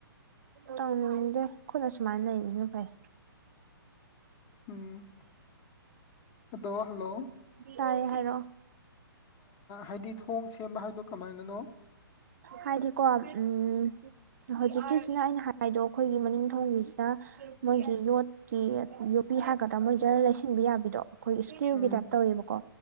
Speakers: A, on the right (about 45°); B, on the left (about 25°).
A: ꯇꯧꯅꯤꯡꯗꯦ ꯈꯨꯠꯅ ꯁꯨꯃꯥꯏꯅ ꯂꯩꯕꯕꯁꯤꯅ ꯐꯩ
B: ꯎꯝ ꯑꯗꯣ ꯍꯜꯂꯣ
A: ꯇꯥꯏꯌꯦ ꯍꯥꯏꯔꯣ
B: ꯍꯥꯏꯗꯤ ꯊꯣꯡ ꯁꯦꯝꯕ ꯍꯥꯏꯗꯣ ꯀꯃꯥꯏꯅꯅꯣ
A: ꯍꯥꯏꯗꯤꯀꯣ ꯎꯝ ꯍꯧꯖꯤꯛꯀꯤꯁꯤꯅ ꯑꯩꯅ ꯍꯥꯏꯗꯣ ꯑꯩꯈꯣꯏꯒꯤ ꯃꯅꯤꯡꯊꯧꯒꯤꯁꯤꯅ ꯃꯣꯏꯒꯤ ꯌꯣꯠꯀꯤ ꯌꯣꯄꯤ ꯊꯒꯗ꯭ꯔꯥ ꯃꯣꯏ ꯖꯔ ꯂꯩꯁꯤꯟꯕ ꯌꯥꯕꯤꯗꯣ ꯑꯩꯈꯣꯏꯒꯤ ꯏꯁꯀ꯭ꯔꯤꯨꯒꯤ
B: ꯎꯝ
A: ꯇꯥꯏꯞ ꯇꯧꯋꯦꯕꯀꯣ